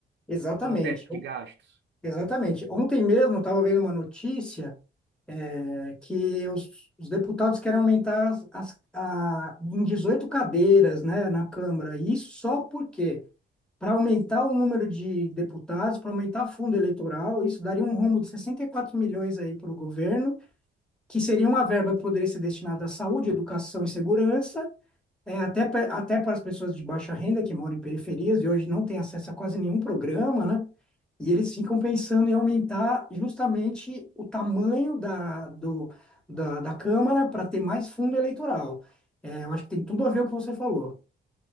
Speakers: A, in the centre; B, on the right.
A: Exatamente,
B: com o teto de gastos.
A: exatamente. Ontem mesmo eu estava vendo uma notícia é, que os, os deputados querem aumentar as, as- a- em 18 cadeiras, né, na Câmara. E isso só porque, para aumentar o número de deputados, para aumentar fundo eleitoral, isso daria um rombo de 64 milhões aí para o governo que seria uma verba que poderia ser destinada à saúde, educação e segurança, É, até, pa- até para as pessoas de baixa renda que moram em periferias e hoje não têm acesso a quase nenhum programa, né? E eles ficam pensando em aumentar justamente o tamanho da, do, da, da Câmara para ter mais fundo eleitoral. É, eu acho que tem tudo a ver com o que você falou.